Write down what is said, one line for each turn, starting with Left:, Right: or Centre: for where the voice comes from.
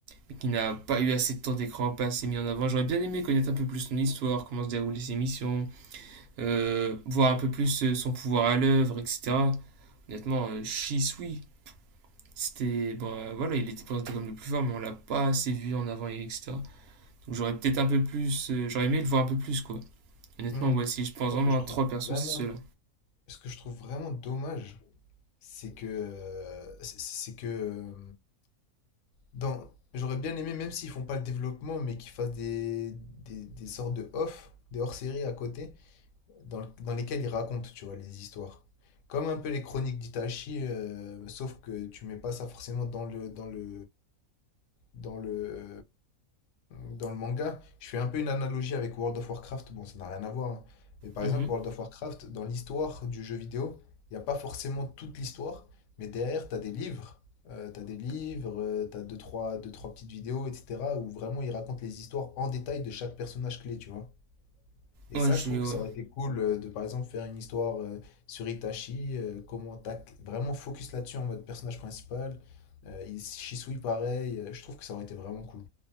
Right: mais qui n'a pas eu assez de temps d'écran, pas assez mis en avant. J'aurais bien aimé connaître un peu plus son histoire, comment se déroulent ses missions, euh, voir un peu plus euh, son pouvoir à l'œuvre, etc. Honnêtement, euh, Shisui, C'était. Bon, euh, voilà, il était présenté comme le plus fort, mais on l'a pas assez vu en avant, et etc. Donc j'aurais peut-être un peu plus. euh, j'aurais aimé le voir un peu plus, quoi. Honnêtement,
Left: Hmm.
Right: ouais,
Left: Je
Right: si je pense
Left: pense
Right: vraiment
Left: que je
Right: à
Left: trouve
Right: trois persos,
Left: vraiment.
Right: c'est ceux-là.
Left: ce que je trouve vraiment dommage, c'est que, euh, c'est c'est que euh, dans, j'aurais bien aimé, même s'ils font pas le développement, mais qu'ils fassent des, des, des sortes de off, des hors-séries à côté, dans, le- dans lesquels ils racontent, tu vois, les histoires. Comme un peu les chroniques d'Itachi, euh, sauf que tu mets pas ça forcément dans le, dans le, dans le, dans le manga, je fais un peu une analogie avec World of Warcraft. Bon, ça n'a rien à voir. hein. Mais par
Right: Mhm.
Left: exemple, World of Warcraft, dans l'histoire du jeu vidéo, il n'y a pas forcément toute l'histoire. Mais derrière, tu as des livres. euh, t'as des livres, euh, t'as deux trois, deux, trois petites vidéos, etc. où vraiment ils racontent les histoires en détail de chaque personnage clé, tu vois. Et
Right: Ouais,
Left: ça,
Right: je
Left: je
Right: suis,
Left: trouve
Right: ouais.
Left: que ça aurait été cool euh, de, par exemple, faire une histoire euh, sur Itachi, euh, comment tac, vraiment focus là-dessus en mode personnage principal. Euh, il- Shisui, pareil. euh, je trouve que ça aurait été vraiment cool.